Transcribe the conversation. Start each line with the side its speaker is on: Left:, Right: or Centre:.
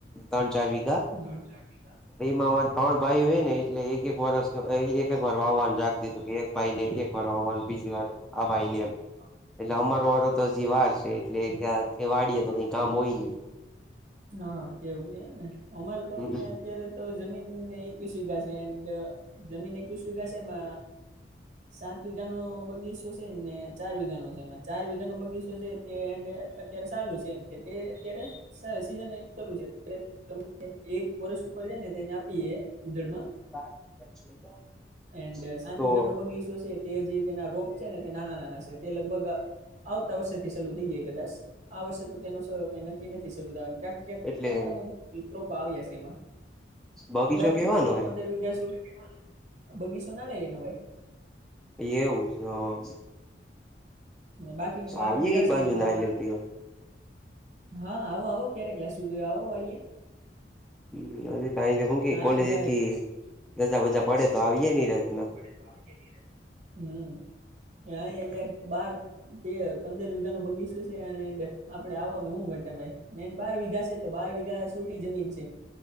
Centre: તન ચાર વીઘા.
Right: હમ્મ. <inaudible>
Centre: એમાં અમારે ત્રણ ભાઈ હોય ને એટલે એક એક વર્ષ એક એક વાર વાવવાનું રાખી દીધું. ભાઈ ને એક
Right: છે,
Centre: વાર વાવવાનું બીજી વાર આ ભાઈ ને
Right: વાર
Centre: એમ. એટલે અમારો વારો તો હજી વાર છે એટલે ક્યાં વાડીએ તો કઈ કામ હોય નહી
Right: હા <unintelligible> અમારે તો
Centre: હમ
Right: અત્યારે તો જમીન એકવીસ વીઘા છે એન્ડ જમીન એકવીસ વીઘા છે ને સાત વિઘા નો બગીસો છે ને ચાર વીઘા નો છે એમાં ચાર વીઘા નો બગીસો છે તે એમ સારુ છે એમ કે તે અત્યારે <unintelligible> સીઝન એ ચાલું છે અ એક વર્ષ ઉપર જ ને તેને આપીએ ઉધડમાં.
Centre: <unintelligible>
Right: એન્ડ સાત
Centre: તો
Right: વીઘા નો બગીસો છે તે જે તેના રોપ છે ને તે નાના નાના છે તે લગભગ આવતા વર્ષે થી ચાલુ થઈ જાય કદાચ, આ વર્ષે <unintelligible> નક્કી નથી શરૂ થ ક્યાંક ક્યાંક
Centre: એટલે
Right: અમુક અમુક ટ્રોપા આવ્યા છે એમાં.
Centre: બગીચો
Right: બાકી
Centre: કેવાનો
Right: તો
Centre: હે
Right: પંદર વિઘા શું બગીસો ના લેન ભાઈ.
Centre: એવું છે હ.
Right: બાકીનું બાર
Centre: આવીયે
Right: વીઘા
Centre: એ
Right: છે
Centre: બાજુ
Right: એમાં
Centre: નારિયેલ પીવા
Right: હા આવો આવો ક્યારેક લસી પીવા આવો વાળિયે.
Centre: હમ્મ, એની પાહે હું કે
Right: હા અહીંયા
Centre: કોલેજે થી
Right: ગઈ
Centre: રજા બજા પડે તો આવીયે નિરાંતમા.
Right: હમ્મ, અહીંયા બાર તે પંદર વીઘા નો બગીચો છે એન્ડ આપડે આવો તો શું ઘટે ભાઈ ઓમ બાર વીઘા છે. તો બાર વીઘા સુટી જમીન છે.